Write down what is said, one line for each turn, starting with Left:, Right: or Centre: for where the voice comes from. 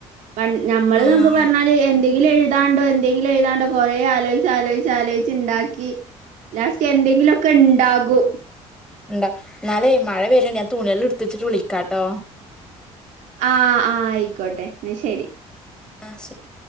Right: പൺ ഞമ്മള്ന്നൊക്ക
Centre: ആഹ്
Right: പർഞ്ഞാ ല് എന്തങ്കിലും എഴുതാണ്ടോ എന്തെങ്കിലും എഴുതാണ്ടോ കൊറെ ആലോയിച്ചാലോയ്ച്ച് ആലോയി ച്ച്ണ്ടാക്കി ലാസ്റ്റ് എന്തെങ്കിലും ഒക്കെ ഇണ്ടാകു.
Centre: ഇണ്ട ഇന്നാലേ മഴ വര്ണ്ട് ഞാൻ തുണ്യോള് ഇട്ത്തെച്ചിട്ട് വിളിക്കാട്ടോ.
Right: ആഹ് ആഹ് ആയിക്കോട്ടെ ഇന്നാ ശരി.
Centre: ആഹ് ശരി.